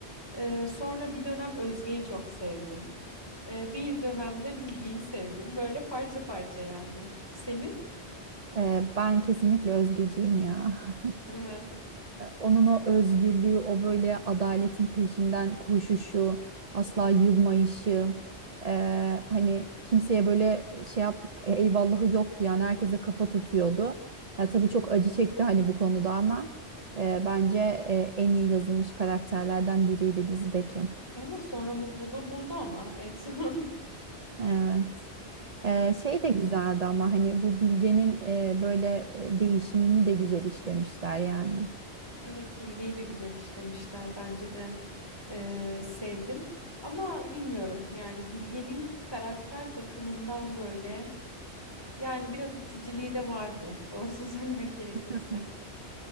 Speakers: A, on the left; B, on the right.
A: E, sonra bir dönem Özge'yi çok sevdim. Ee, bir dönemde Bilge'yi sevdim. Böyle parça parça yani. Senin?
B: E, ben kesinlikle Özgeciğim ya. <laughs>
A: Evet.
B: Onun o özgürlüğü, o böyle adaletin peşinden koşuşu, asla yılmayışı, eee, hani kimseye böyle şey yap, eyvallahı yoktu yani herkese kafa tutuyordu. Ya tabii çok acı çekti hani bu konuda ama eee, bence eee, en iyi yazılmış karakterlerden biriydi dizideki.
A: Evet sonra mutluluğu buldu ama en son. <laughs>
B: Evet.
A: Yani,
B: Ee, şey de güzeldi ama hani bu Bilge'nin e, böyle e, değişimini de güzel işlemişler yani.
A: evet Bilge'yi de güzel işlemişler. Bence de e, sevdim. Ama bilmiyorum yani Bilge'nin karakter bakımından böyle yani biraz iticiliği de vardı. Doğrusunu <laughs> söylemek gerekirse.
B: <laughs>